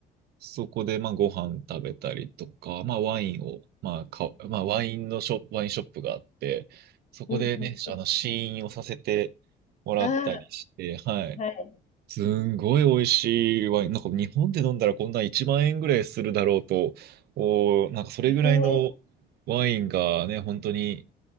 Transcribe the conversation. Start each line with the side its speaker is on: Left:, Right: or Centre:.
Right: そこで、まあ、ご飯食べたりとか、まあ、ワインを、まあ、か、まあ、ワインのショップ、ワインショップがあって、そこでね、
Left: うんうんうん。
Right: あの、試飲をさせてもらったりして、
Left: あ
Right: はい。
Left: あ、はい。
Right: すんごい美味しいワイン。なんか日本で飲んだらこんな1万円ぐらいするだろうと、おー、なんかそれぐらいの
Left: えー
Right: ワインがね、本当に